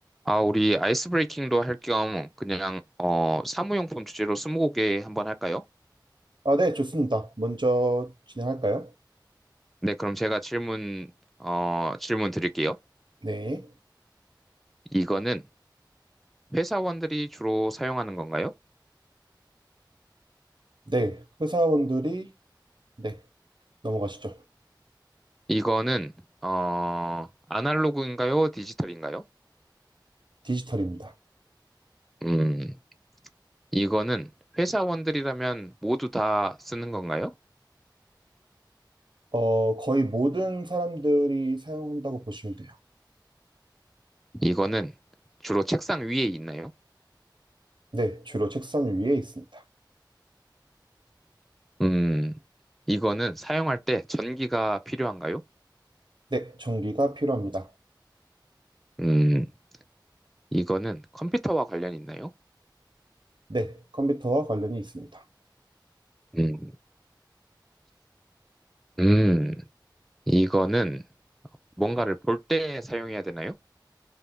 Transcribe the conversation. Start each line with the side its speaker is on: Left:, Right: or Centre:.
Centre: 아, 우리 아이스 브레이킹도 할 겸 그냥 어 사무용품 주제로 스무고개 한번 할까요?
Right: 아, 네, 좋습니다. 먼저 진행할까요?
Centre: 네, 그럼 제가 질문 어 질문 드릴게요.
Right: 네.
Centre: 이거는 회사원들이 주로 사용하는 건가요?
Right: 네. 회사원들이, 네. 넘어가시죠.
Centre: 이거는 어 아날로그인가요? 디지털인가요?
Right: 디지털입니다.
Centre: 음, 이거는 회사원들이라면 모두 다 쓰는 건가요?
Right: 어, 거의 모든 사람들이 사용한다고 보시면 돼요.
Centre: 이거는 주로 책상 위에 있나요?
Right: 네. 주로 책상 위에 있습니다.
Centre: 음, 이거는 사용할 때 전기가 필요한가요?
Right: 네. 전기가 필요합니다.
Centre: 음. 이거는 컴퓨터와 관련이 있나요?
Right: 네. 컴퓨터와 관련이 있습니다.
Centre: 음, 음, 이거는 뭔가를 볼 때 사용해야 되나요?